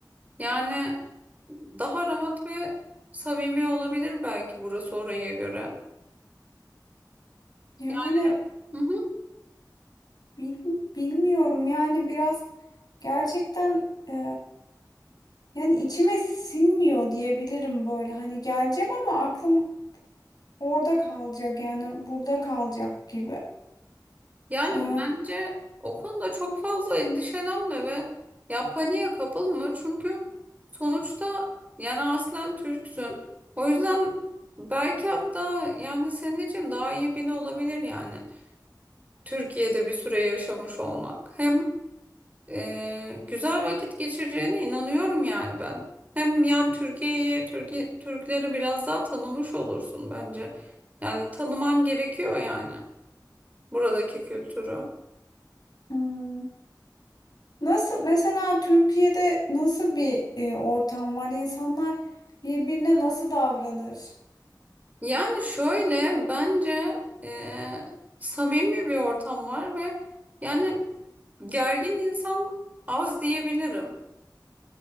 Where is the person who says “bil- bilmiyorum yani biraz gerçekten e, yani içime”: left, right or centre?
Left